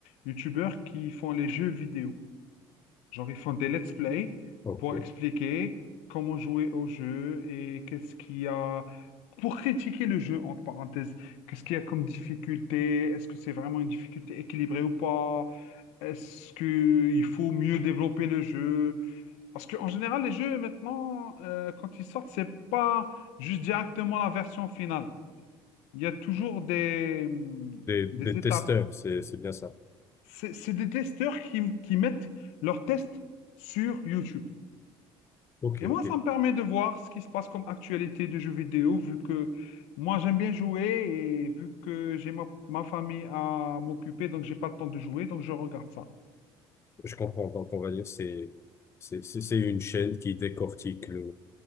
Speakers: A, on the left; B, on the left.
A: YouTubeurs qui font les jeux vidéo. Genre, ils font des let's play
B: Ok.
A: pour expliquer comment jouer au jeu et qu'est-ce qu'il y a pour critiquer le jeu, entre parenthèses. Qu'est-ce qu'il y a comme difficulté? Est-ce que c'est vraiment une difficulté équilibrée ou pas? Est-ce qu'il faut mieux développer le jeu? Parce qu'en général, les jeux maintenant, euh, quand ils sortent, c'est pas juste directement la version finale. Il y a toujours des, hum,
B: Des,
A: des
B: des
A: étapes.
B: testeurs, c'est, c'est bien ça.
A: C'est c'est des testeurs qui, qui mettent leurs tests sur YouTube.
B: Ok,
A: Et moi,
B: ok.
A: ça me permet de voir ce qui se passe comme actualité de jeux vidéo, vu que moi, j'aime bien jouer et vu que j'ai ma, ma famille à m'occuper, donc j'ai pas le temps de jouer, donc je regarde ça.
B: Je comprends. Donc, on va dire, c'est, c'est, c'est c'est une chaîne qui décortique le,